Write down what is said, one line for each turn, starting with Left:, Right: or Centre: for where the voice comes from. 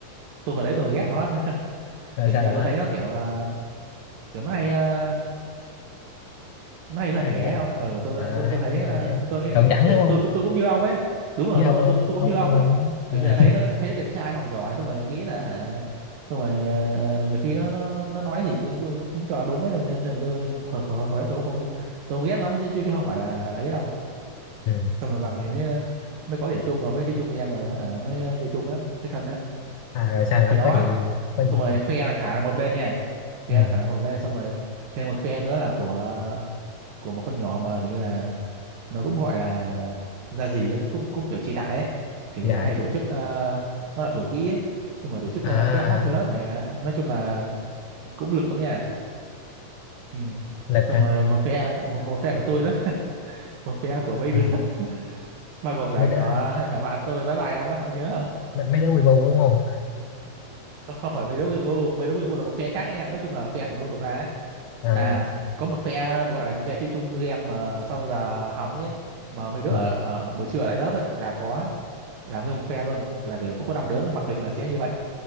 Right: tôi hồi đấy tôi ghét nó <laughs>
Left: Rồi
Right: kiểu
Left: sao
Right: như là
Left: nữa?
Right: tôi thấy nó kiểu ờ, kiểu nó hay à, nay
Left: Nó
Right: ra vẻ
Left: hay
Right: ấy
Left: cái
Right: ông
Left: gì?
Right: ờ tôi
Left: À,
Right: tôi
Left: hay,
Right: tôi thấy
Left: hay
Right: ờ,
Left: là vậy.
Right: tôi nghĩ
Left: Thượng đẳng
Right: kiểu
Left: đúng không?
Right: tôi cũng tôi cũng như ông ấy đúng rồi
Left: Với
Right: đúng
Left: ông,
Right: rồi tôi tôi cũng
Left: ông,
Right: như ông
Left: ông,
Right: ấy
Left: ông, à.
Right: kiểu như là thấy nó thấy nó đẹp trai học giỏi xong rồi nghĩ là hả xong rồi ờ, nhiều khi nó nó nó nó nói gì cũng, cũng, cũng cho là đúng ấy nên nên, nên là tôi hồi, hồi, hồi đấy tôi cũng không tôi không ghét lắm chứ chứ chứ không phải là ấy đâu
Left: ừ.
Right: xong dần dần thì mới ờ, mới có điểm chung rồi mới chơi chung game rồi hả mới ờ, chơi chung với mới thân đó
Left: à, rồi sao nữa
Right: chỉ đó
Left: có gì có gì
Right: xong
Left: có
Right: rồi
Left: gì
Right: phe là khả là một bên nha
Left: ừ.
Right: phe là khả là một bên xong rồi thêm một phe nữa là của của một con nhỏ mà kiểu như là nó cũng gọi là ra gì ấy, cũng cũng kiểu trị đại ấy kiểu
Left: chị
Right: như
Left: đại
Right: là hay tổ chức ờ, nó là thủ quỹ ấy xong rồi tổ chức
Left: à
Right: uh, flash mob cho lớp này ờ, nói chung là cũng lực lắm nha ừ.
Left: lực
Right: xong
Left: hả
Right: rồi một phe một, một phe của tôi đó <laughs> một phe của mấy
Left: ừ.
Right: đứa <laughs> bao gồm cả
Left: mấy đứa
Right: nhỏ nhỏ bạn tôi bye bye ông ấy ông nhớ không
Left: mấy, mấy đứa quy bu đúng không
Right: không, không phải mấy đứa Weibo mấy đứa Weibo là một phe khác đấy nha nói chung là phe tùm lum tùm la á.
Left: à
Right: à có một phe gọi là phe chơi chung game mà sau giờ học ấy mà mấy đứa
Left: ừ.
Right: ở, ở buổi trưa ở lại lớp ấy là có là nguyên một phe luôn là kiểu có, có năm đứa là mặc định là sẽ như vậy